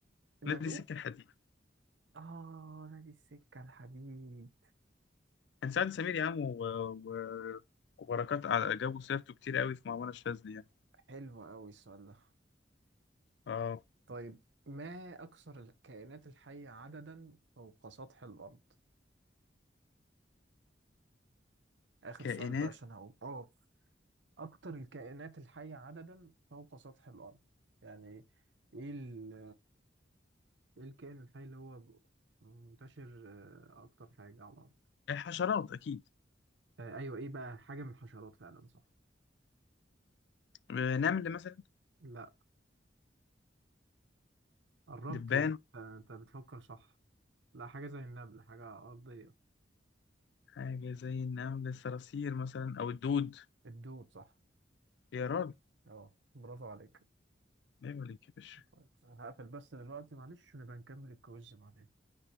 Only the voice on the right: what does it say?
ما
تقول
اه نادي السكة الحديد
حلو قوي السؤال ده
طيب ما اكثر الكائنات الحية عددا فوق سطح الارض اخر
سؤال بقى عشان هقوم اه اكثر الكائنات الحية عددا فوق سطح الارض يعني ايه ال ايه الكائن الحي اللي هو منتشر آه، اكتر حاجة على الارض
آه، ايوه ايه بقى حاجة من الحشرات فعلا صح
لا قربت
يعني آه، انت بتفكر صح لا حاجة زي النمل حاجة أرضية
الدود صح
اه برافو عليك
طيب، أنا هقفل بس دلوقتي معلش ونبقى نكمل الكويز بعدين